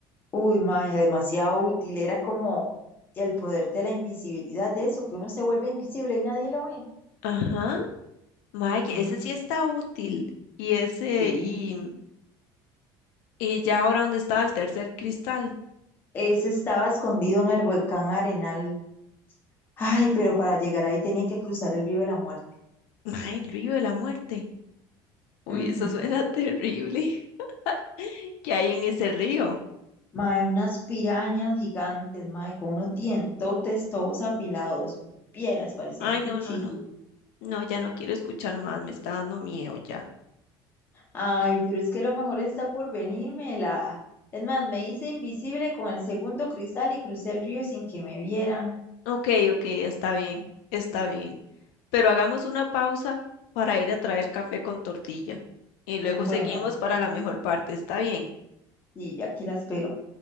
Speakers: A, on the left; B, on the left.
A: Uy, mae, demasiado útil. Era como el poder de la invisibilidad de eso, que uno se vuelve invisible y nadie lo ve.
B: Ajá. Mae,
A: Ujú,
B: que ese sí está útil. Y ese,
A: sí.
B: y, y ya ahora, ¿dónde estaba el tercer cristal?
A: Ese estaba escondido en el volcán Arenal. Ay, pero para llegar ahí tenían que cruzar el río de la muerte.
B: Mae, el río de la muerte. Uy,
A: Ujú.
B: eso suena terrible. <laughs> ¿Qué hay en ese río?
A: Mae, unas pirañas gigantes, mae, con unos dientotes todos afilados. Pieras, parecían
B: Ay, no,
A: cuchillos.
B: no, no. No, ya no quiero escuchar más, me está dando miedo ya.
A: Ay, pero es que lo mejor está por venirme, la... Es más, me hice invisible con el segundo cristal y crucé el río sin que me vieran.
B: Ok, ok, está bien, está bien. Pero hagamos una pausa para ir a traer café con tortilla. Y luego
A: Mm, Bueno,
B: seguimos para la mejor parte, ¿está bien?
A: y ya aquí la espero.